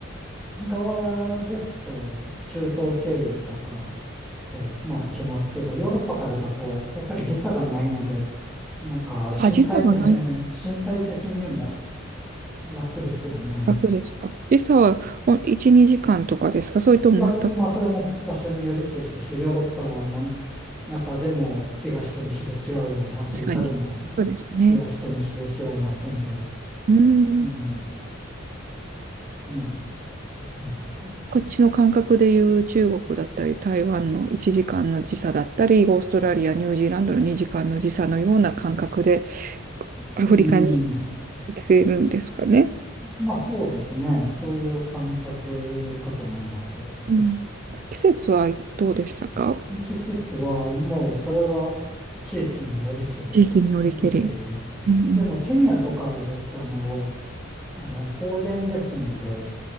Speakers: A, in the centre; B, on the right.
A: 側ですと中東経由とかでまあ行けますけど、ヨーロッパからだとやっぱり時差がないので、なんか身体的、
B: あ、時差がない。
A: 身体的にも楽ですよね。
B: 楽ですか時差は1、2時間とかですかそれとも全く。
A: いや、まあ、それも場所によりけりですよ。ヨーロッパの中でも東と西で違うように、アフリカでも
B: 確かに。そうですね。
A: 東と西で違いますんで。
B: うん。
A: うん。ね。うん。
B: こっちの感覚でいう中国だったり、台湾の1時間の時差だったり、オーストラリア、ニュージーランドの2時間の時差のような感覚で、アフリカに
A: うん
B: 行けるんですかね。
A: まあ、そうですね。そういう感覚かと思います。
B: うん。季節はどうでしたか
A: 季節はもう、それは地域によりけり、
B: 地域によりけり。
A: よりけりで。
B: うんうん。
A: でも、ケニアとかですと、あの、あの、高原ですんで、